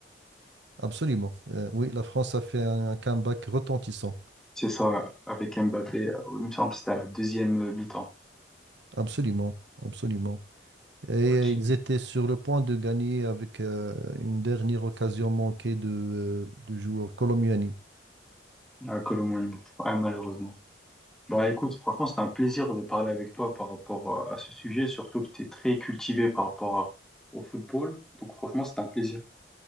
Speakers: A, on the right; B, in the centre.
A: Absolument. Euh, oui, la France a fait un, un comeback retentissant.
B: C'est ça, avec Mbappé. euh, Il me semble que c'était à la deuxième euh, mi-temps.
A: Absolument. Absolument. Et
B: Ok.
A: ils étaient sur le point de gagner avec euh, une dernière occasion manquée de, euh, du joueur Colomiani.
B: Ah, Colomoni. Ah, malheureusement. Bah écoute, franchement, c'était un plaisir de parler avec toi par rapport à à ce sujet, surtout que tu es très cultivé par rapport à- au football. Donc franchement, c'était un plaisir.